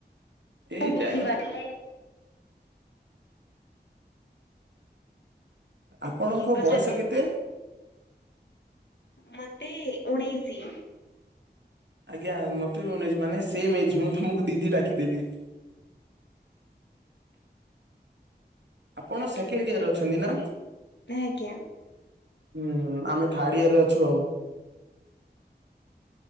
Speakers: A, on the right (about 80°); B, on the left (about 80°).
A: ଏଇଟା
B: ମୁଁ ବୁଝିପାରିଲି।
A: ଆପଣଙ୍କ
B: ଟିକେ କଷ୍ଟ
A: ବୟସ କେତେ?
B: ମୋତେ ଉଣେଇସି।
A: ଆଜ୍ଞା ମତେ ବି ଉଣେଇଶ ମାନେ ସେମ୍ ଏଜ୍ ମୁଁ ତମକୁ ଦିଦି ଡାକିଦେଲି।
B: <inaudible>
A: ଆପଣ ସେକେଣ୍ଡ
B: ଠିକ ଅଛି
A: ଇୟରରେ ଅଛନ୍ତି ନା!
B: ଆଜ୍ଞା
A: ହୁଁ ଆମେ ଥାର୍ଡ ଇଅର୍ ରେ ଅଛୁ ଆଉ।